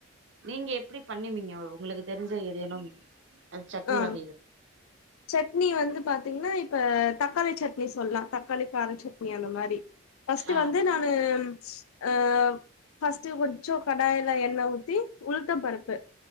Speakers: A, on the right; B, on the left.
A: நீங்க எப்படி பண்ணுவீங்க உங்களுக்கு தெரிஞ்ச ஏதேனு சட்னி
B: ஆ
A: வகைகள்
B: சட்னி வந்து பாத்தீங்கன்னா இப்ப தக்காளி சட்னி சொல்லலா தக்காளி கார சட்னி அந்த மாதிரி பர்ஸ்ட்
A: ஆ
B: வந்து நானு அ பர்ஸ்ட்ட் கொஞ்சம் கடாயில எண்ண ஊத்தி உளுத்த பருப்பு